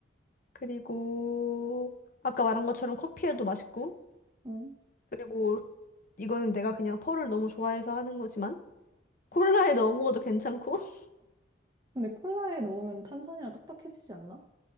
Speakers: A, on the left; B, on the right.
A: 그리고 아까 말한 것처럼 커피에도 맛있고
B: 음.
A: 그리고 이거는 내가 그냥 펄을 너무 좋아해서 하는 거지만 콜라에 넣어 먹어도 괜찮고 <laughs>
B: 근데 콜라에 넣으면 탄산이라 딱딱해지지 않나?